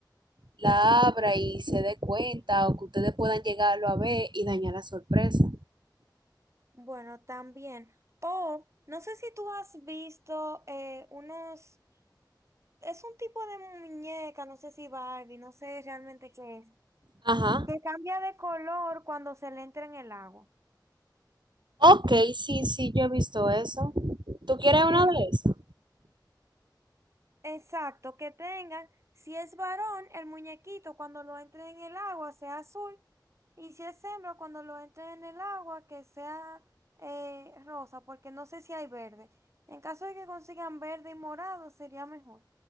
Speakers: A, on the right; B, on the right.
A: la abra y se dé cuenta o que ustedes puedan llegarlo a ver y dañar la sorpresa.
B: Bueno, también. O no sé si tú has visto eh, unos, es un tipo de muñeca, no sé si Barbie, no sé realmente qué es,
A: Ajá.
B: que cambia de color cuando se le entra en el agua.
A: Ok, sí, sí, yo he visto eso. ¿Tú quieres
B: En-
A: una de esas?
B: exacto, que tengan, si es varón, el muñequito cuando lo entre en el agua sea azul, y si es hembra, cuando lo entre en el agua que sea eh, rosa, porque no sé si hay verde. En caso de que consigan verde y morado, sería mejor.